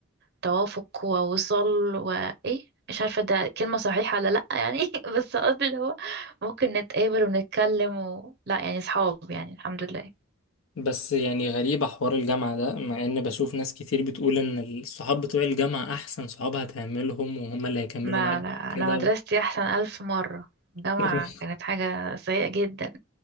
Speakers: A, on the right; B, on the left.
A: توافق ووصل وايه مش عارفة ده كلمة صحيحة ولا لأ يعني <laughs> بس قصدي اللي هو ممكن نتقابل ونتكلم و... لا يعني صحاب يعني الحمد لله
B: بس يعني غريبة حوار الجامعة ده مع إن بشوف ناس كتير بتقول إن الصحاب بتوع الجامعة أحسن صحاب هتعملهم وهم اللي هيكملوا
A: ما
B: معاك
A: لا
B: كده
A: أنا مدرستي
B: و...
A: أحسن ألف مرة الجامعة
B: <laughs>
A: كانت حاجة سيئة جدا